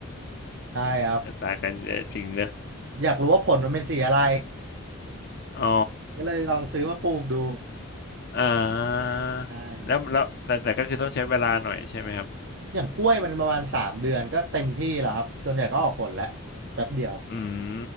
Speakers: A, on the right; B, on the left.
A: ใช่ครับ
B: <laughs> ต่างกันเยอะจริงเลยอ
A: อยากรู้ว่าผลมันเป็นสีอะไร
B: อ๋อ
A: ก็เลยลองซื้อมาปลูกดู
B: อ่า
A: ใช่ครับ
B: แล้วแล้วแต่แต่ก็คือต้องใช้เวลาหน่อยใช่ไหมครับ
A: อย่างกล้วยมันประมาณสามเดือนก็เต็มที่แล้วครับส่วนใหญ่ก็ออกผลแล้วแป๊บเดียว
B: อืม